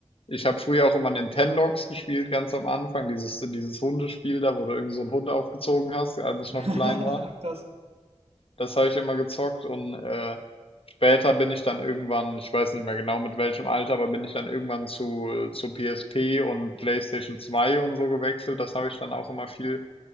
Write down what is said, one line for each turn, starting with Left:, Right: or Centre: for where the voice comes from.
Left: Ich habe früher auch immer Nintendogs gespielt, ganz am Anfang, dieses, dieses Hundespiel da, wo du irgend so einen Hund aufgezogen hast, als ich
Right: <laughs>
Left: noch
Right: Ach,
Left: klein war.
Right: das.
Left: Das habe ich immer gezockt und äh, Später bin ich dann irgendwann, ich weiß nicht mehr genau mit welchem Alter, aber bin ich dann irgendwann zu, äh, zu PSP und PlayStation 2 und so gewechselt. Das habe ich dann auch immer viel